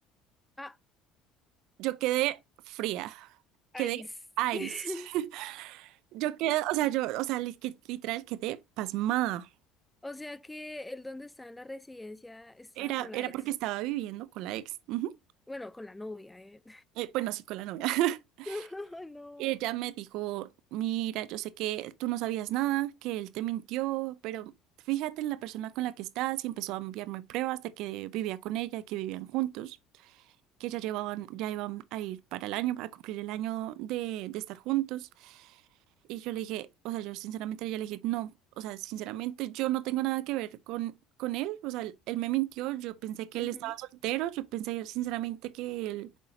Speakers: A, in the centre; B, on the right.
A: Ah,
B: Yo quedé fría, quedé
A: ahí. s- <laughs>
B: ice. <laughs> Yo quedé, o sea, yo, o sea, li- que- literal quedé pasmada.
A: O sea que el donde está en la residencia está
B: Era,
A: con la
B: era
A: ex.
B: porque estaba viviendo con la ex. Ujú.
A: Bueno, con la novia, eh.
B: Eh, bueno, sí, con la novia. <laughs>
A: <laughs> Ay, No.
B: Ella me dijo, mira, yo sé que tú no sabías nada, que él te mintió, pero fíjate en la persona con la que estás y empezó a enviarme pruebas de que vivía con ella, que vivían juntos, que ya llevaban, ya iban a ir para el año, a cumplir el año de, de estar juntos. Y yo le dije, o sea, yo sinceramente yo le dije, no, o sea, sinceramente yo no tengo nada que ver con, con él, o sea, él, él me mintió, yo pensé que
A: Ujú,
B: él estaba soltero, yo pensé sinceramente que él,